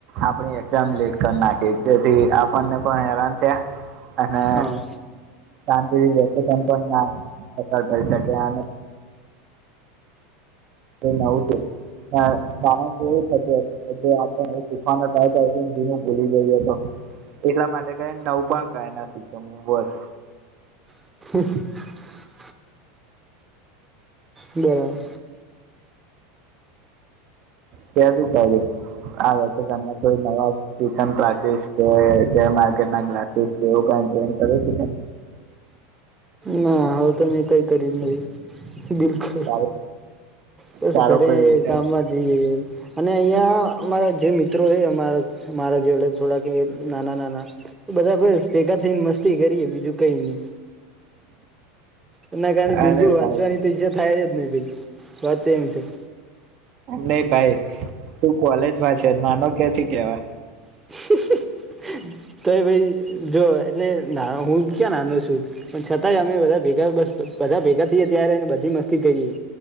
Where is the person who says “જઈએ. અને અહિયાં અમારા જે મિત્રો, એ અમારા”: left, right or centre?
Right